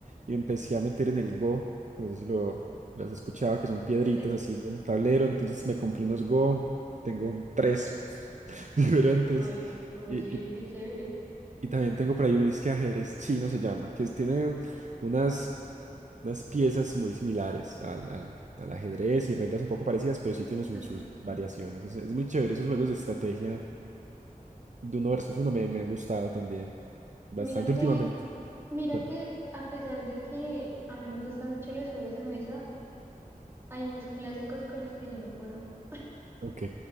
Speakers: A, on the right (about 55°); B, on the right (about 15°).
A: Y empecé a meter en el Go. No sé si lo, lo has escuchado, que son piedritas
B: sí.
A: haciendo un tablero. Entonces me compré unos Go. Tengo tres <laughs> diferentes.
B: Oye, oye,
A: Y, y,
B: qué chévere.
A: y también tengo por ahí un disque de ajedrez chino, se llama, que es- tiene unas, unas piezas muy similares al, al, al ajedrez y reglas un poco parecidas, pero sí tiene sus,
B: Ujú.
A: sus variaciones. Es, es muy chévere esos juegos de estrategia de uno versus uno me, me han gustado también. Bastante
B: Mira que,
A: <laughs> últimamente.
B: mira
A: Cuéntame.
B: que a pesar de que a mí me gustan mucho los juegos de mesa, hay unos clásicos con los que yo no puedo. O
A: Ok.